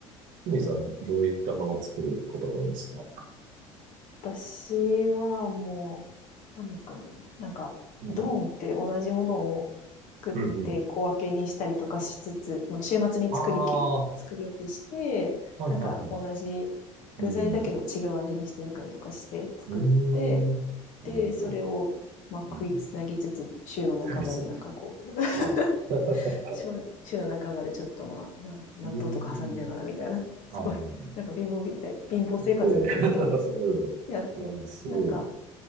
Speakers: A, on the right; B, on the left.
A: ふみさん、
B: うん、
A: どういったものを作ることが多いんですか
B: 私はもう、なんですかね。なんか、
A: うん。
B: ドーンって同じものを作って小分けにしたりとかしつつ、
A: うん、うん。
B: まあ週末に作りき、
A: ああ、は
B: 作り置きして、
A: いはいはい。
B: なんか同じ
A: うん。
B: 具材だけど違う味にしてみたりとかして作って、
A: うん。なるほど。
B: で、それをまあ食いつなぎつつ、
A: うん。
B: 週の半ばでなんかこう、
A: クイズ。はい。
B: <laughs> 週週の半ばでちょっとまあ、な納豆とか挟みながらみたいな、
A: <laughs> うん。
B: すごい、
A: はいはいは
B: なんか貧乏みたい、貧乏生活みたいですけど、
A: い。いやいや、<laughs> そんなことです。
B: やってます。
A: いや、すごい。
B: なんか、